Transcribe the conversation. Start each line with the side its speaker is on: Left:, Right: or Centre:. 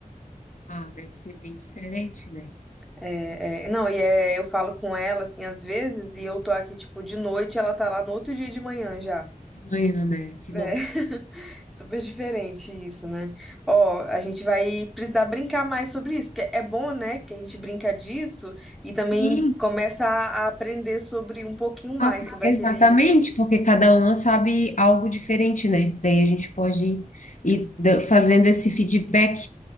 Left: ah, deve ser bem diferente, né?
Centre: É, é, não, e é, eu falo com ela, assim, às vezes, e eu tô aqui, tipo, de noite, ela tá lá no outro dia de manhã já.
Left: De manhã, né? Que
Centre: É,
Left: louco.
Centre: <laughs> super diferente isso, né? Ó, a gente vai precisar brincar mais sobre isso, porque é bom, né, que a gente brinca disso e também
Left: Sim,
Centre: começa a a aprender sobre um pouquinho mais
Left: ah, pre-
Centre: sobre
Left: exatamente,
Centre: aquele.
Left: porque cada uma sabe algo diferente, né? Daí a gente pode ir da- fazendo esse feedback.